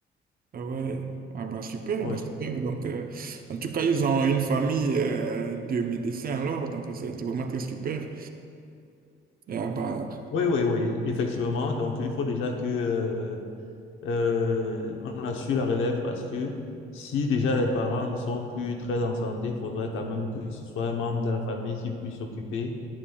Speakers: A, on the right; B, on the left.
A: Ah ouais, ah bah super,
B: Oui,
A: bah super. Donc, euh, en tout cas, ils ont une famille euh, de médecins alors, donc c'est vraiment très super. Ah, bah,
B: oui, oui, oui, effectivement. Donc, il faut déjà que, euh, euh, on assure la relève parce que si déjà les parents ne sont plus très en santé, il faudrait quand même que ce soit un membre de la famille qui puisse s'occuper,